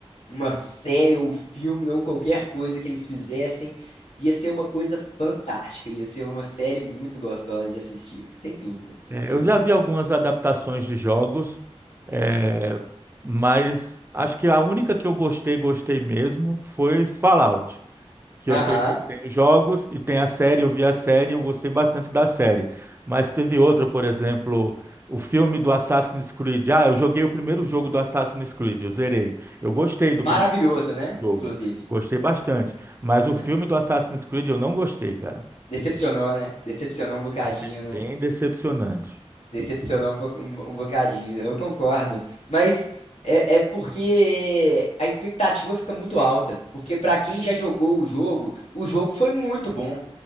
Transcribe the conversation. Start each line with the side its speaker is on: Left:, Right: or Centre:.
Left: uma série ou filme ou qualquer coisa que eles fizessem, ia ser uma coisa fantástica, ia ser uma série muito gostosa de assistir, sem dúvida, sem
Right: É,
Left: dúvida
Right: eu já
Left: seria.
Right: vi algumas adaptações de jogos, é, mas acho que a única que eu gostei, gostei mesmo, foi Fallout. que
Left: Aham,
Right: eu sei que tem os jogos e tem a série, eu vi a série, eu gostei bastante da série. Mas teve outra, por exemplo, o filme do Assassin's Creed. Ah, eu joguei o primeiro jogo do Assassin's Creed, eu zerei. Eu gostei
Left: maravilhoso,
Right: do primeiro
Left: né?
Right: jogo,
Left: Inclusive.
Right: gostei bastante. Mas
Left: É.
Right: o filme do Assassin's Creed eu não gostei, cara.
Left: Decepcionou, né? Decepcionou um bocadinho,
Right: Achei
Left: né?
Right: bem decepcionante.
Left: Decepcionou um, pouco- um, um bocadinho, eu concordo. Mas é, é porque a expectativa fica muito alta. Porque pra quem já jogou o jogo, o jogo foi muito bom.